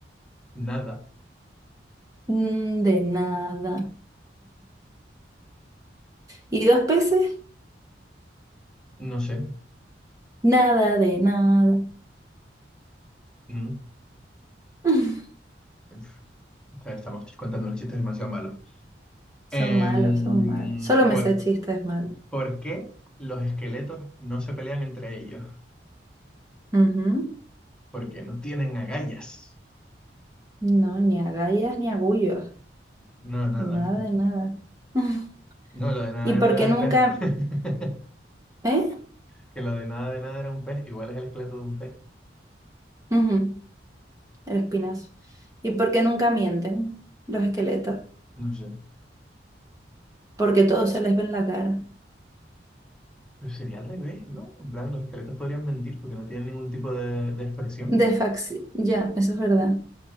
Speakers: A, in the centre; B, on the right.
A: nada.
B: Mm, de nada. ¿Y dos peces?
A: No sé.
B: Nada de nada.
A: Mm.
B: <laughs>
A: Uf, Estamos contando unos chistes demasiado malos.
B: Son
A: Em,
B: malos, son malos. Solo me
A: ¿por,
B: sé chistes malos.
A: por qué los esqueletos no se pelean entre ellos?
B: Ujú.
A: Porque no tienen agallas.
B: No, ni agallas ni agullos.
A: No, nada.
B: Nada de nada. <laughs>
A: No, lo de nada
B: ¿Y
A: de
B: por
A: nada era
B: qué
A: el
B: nunca...
A: pez. <laughs>
B: ¿Eh?
A: Que lo de nada de nada era un pez, igual es el esqueleto de un pez.
B: Ujú, El espinazo. ¿Y por qué nunca mienten los esqueletos?
A: No sé.
B: Porque todo se les ve en la cara.
A: Pero sería al revés, ¿no? En plan, los esqueletos podrían mentir porque no tienen ningún tipo de, de expresión.
B: De faxi... Ya, eso es verdad.